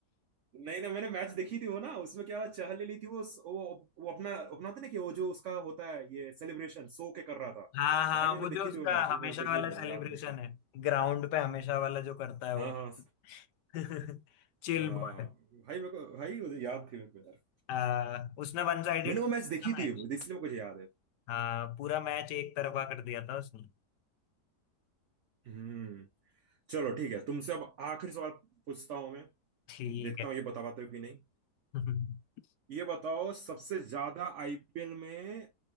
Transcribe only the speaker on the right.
नहीं ना मैंने मैच देखी थी वो ना उसमें क्या चहल ने ली थी वो वो वो अपना अपना होता है ना कि वो जो उसका होता है ये सेलिब्रेशन सो के कर रहा था
भाई मैंने
देखी
थी वो मैच वो
मैच देखी
है मैंने
याद है मुझे
हाँ
हाँ
हाँ
भाई मेरे को भाई मुझे याद थी मेरे को यार
मैंने वो
मैच देखी थी
वो, इसलिए मुझे याद है
हम्म चलो ठीक है तुमसे अब आखिरी सवाल पूछता हूँ मैं
कि देखता
हूँ ये बता पाते हो कि नहीं
ये बताओ सबसे ज्यादा आईपीएल में